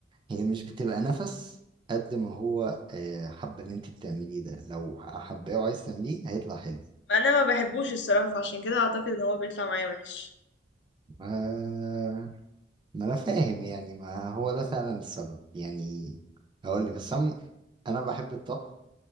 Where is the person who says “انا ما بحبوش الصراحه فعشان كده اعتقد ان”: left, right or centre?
Left